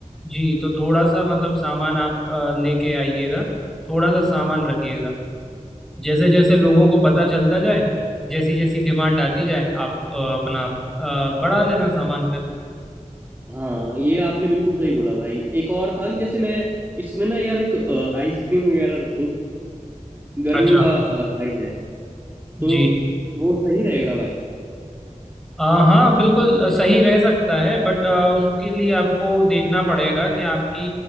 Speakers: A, in the centre; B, on the right.
A: जी तो थोड़ा सा मतलब सामान आप अ, लेके आइएगा थोड़ा सा सामान रखिएगा जैसे जैसे लोगों को पता चलता जाए जैसी जैसी डिमांड आती जाए आप अ, अपना अ, बढ़ा लेना सामान फिर
B: हाँ ये आपने बिल्कुल सही बोला भाई एक और था कि जैसे मैं इसमें ना यार एक अ, आइसक्रीम वगैरह रखूं गर्मियों
A: अच्छा
B: का अ, टाइम है
A: जी
B: तो वो सही रहेगा भाई
A: अ, हाँ बिल्कुल अ, सही रह सकता है बट उसके लिए आपको देखना पड़ेगा कि आपकी